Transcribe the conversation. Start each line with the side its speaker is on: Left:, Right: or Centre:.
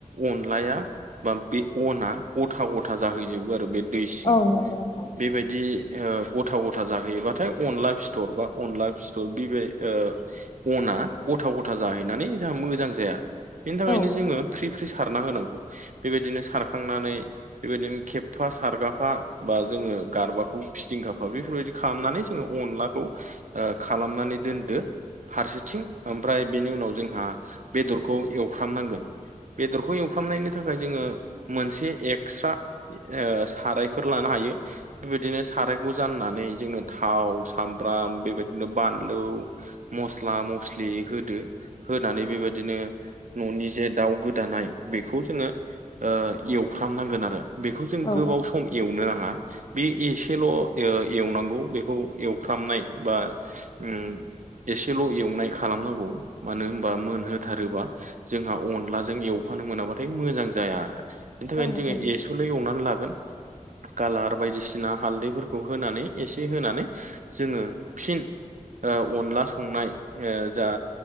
Right: अनलाया बा बे अना गथा गथा जाहैजोबो आरो बे। दै सिङाव
Left: औ नंगौ नोंथां
Right: बेबाय दि ओ गथा गथा जाहैयोबाथाय अनला फिथर बा अनला फिथर बेबाय ओ अना गथा गथा जाहैनानै जोंहा मोजां जाया बेनि थाखायनो
Left: औ
Right: जोङो फ्रि फ्रि सारना होनांगौ। बेबायदिनो सारखांनानै बेबायदिनो खेफास सारगाफा बा जोङो गारबाखौ फिदिंगाफा बेफोरबायदि खालामनानै जोङो अनलाखौ ओ खालामनानै दोनदो। फारसेथिं ओमफ्राय बेनि उनाव जोंहा बेदरखौ एवफ्राम नांगोन। बेदरखौ एवफ्रामनायनि थाखाय जोङो मोनसे एक्स्रा ओ सारायफोर लानो हायो। बेबायदिनो सारायखौ जाननानै जोङो थाव, सामब्राम बेबायदिनो बानलु मस्ला, मस्लि होदो होनानै बेबायदिनो न'नि जे दाउ गोदानाय बेखौ जोङो ओ एवफ्रामनांगोन आरो। बेखौ जों
Left: औ
Right: गोबाव सम एवनो नाङा। बे एसेल' ओ एवनांगौ बेखौ एवफ्रामनाय बा उम एसेल' एवनाय खालामनांगौ। मानो होनबा मोनहोथारोबा जोंहा अनलाजों एवखानो मोनाब्लाथाय मोजां जाया आरो। बेनि थाखायनो
Left: औ
Right: जोङो
Left: औ
Right: एसेल' एवनानै लागोन। कालार बायदिसिना हालदैफोरखौ होनानै एसे होनानै जोङो फिन ओ अनला संनाय ओ जा